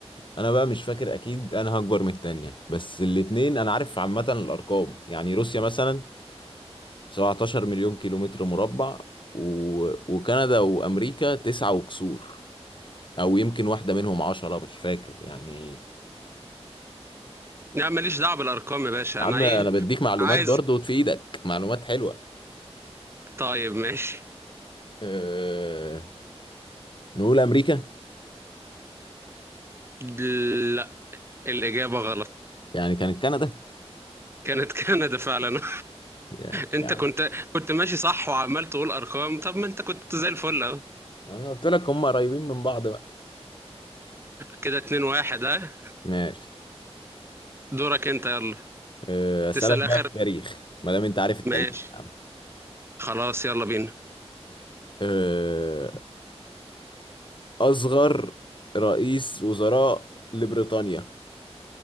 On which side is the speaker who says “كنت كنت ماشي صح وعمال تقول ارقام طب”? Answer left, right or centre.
Right